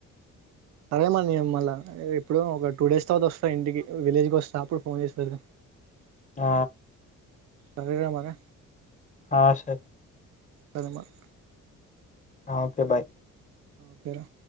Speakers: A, on the right; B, on the left.
A: సరే మమ్మల్ళ ఎప్పుడో ఒక టూ డేస్ తర్వాత వస్తా ఇంటికి విలేజ్కి వస్తా అప్పుడు ఫోన్ చేసీ పెడదాం.
B: ఆ
A: సరేరా మరి
B: ఆ సరే
A: సరే మరి
B: ఆ ఓకే బాయ్
A: ఓకేరా